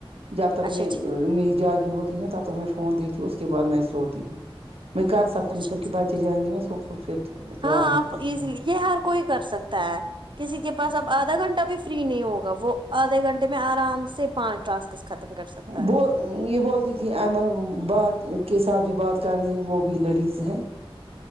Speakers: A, on the right; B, on the right.
A: جب تک
B: اچھا
A: میں
B: ٹھیک
A: میری جاگی ہوتی نا تب تک میں فون دیکھتی ہوں اس کے بعد میں سوتی ہوں <inaudible> میں کر سکتی
B: اچھا
A: ہوں کیونکہ
B: ٹھیک
A: بچے جائیں گے نا س پرابلم
B: ہاں آپ
A: کچھ
B: ایزلی
A: نہیں ہے
B: یہ ہر کوئی کر سکتا ہے کسی کے پس اب آ آدھا گھنٹہ بھی فری نہیں ہوگا وہ آدھے گھنٹے میں آرام سے پانچ ٹاسک ختم کر سکتا
A: وہ
B: ہے
A: یہ بولتی تھی ایمن بار کے ساتھ بھی بات کرنے وہ بھی لیڈیز ہیں